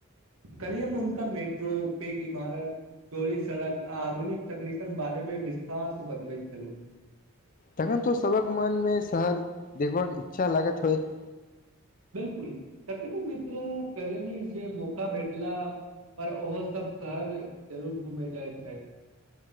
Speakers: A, on the right; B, on the left.
A: कल्हि हम उनका मेट्रो पेघ इमारत चोरी सड़क आधुनिक तकनीकक बारेमे विस्तार स बतबै छलौं
B: तखन तऽ सभक मनमे शहर देखबाक इच्छा लागत होइत
A: बिलकुल कतेको मित्र कहलनि इ जे मौका भेटला पर ओहो सब शहर जरूर घूमेै जाइ छथि